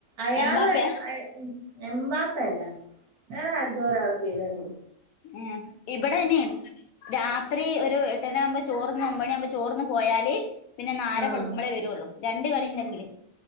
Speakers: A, on the right; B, on the left.
A: അയാള്.
B: എംമ്പാപ്പയാ
A: ഉം എമ്പാപ്പയല്ല വേറെ അരൂടോ ഒരാളെ പേര് പറഞ്ഞു.
B: ഏ ഇബടെ അയിനി രാത്രി ഒരു എട്ടന് ആവുമ്പോ ചോറ്ന്ന് ഒമ്പണിയ ആവുമ്പോ ചോറ്ന്ന് പോയാല് പിന്നെന്നാര
A: ആഹ്
B: വെളുക്കുമ്പോളേ വരുള്ളൂ രണ്ട് കളിണ്ടെങ്കില്